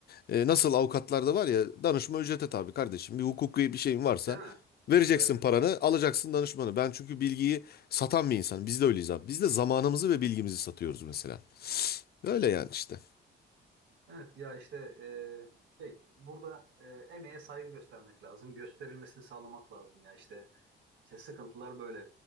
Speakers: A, on the left; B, on the right.
A: E, nasıl avukatlarda var ya danışma ücrete tabi kardeşim. Bir hukuki bir şeyin varsa
B: Değil mi?
A: vereceksin
B: Evet.
A: paranı alacaksın danışmanı. Ben çünkü bilgiyi satan bir insanım. Biz de öyleyiz abi. Biz de zamanımızı ve bilgimizi satıyoruz mesela. Öyle yani işte.
B: Evet ya işte e, şey burada e, emeğe saygı göstermek lazım. Gösterilmesini sağlamak lazım ya işte. İşte sıkıntılar böyle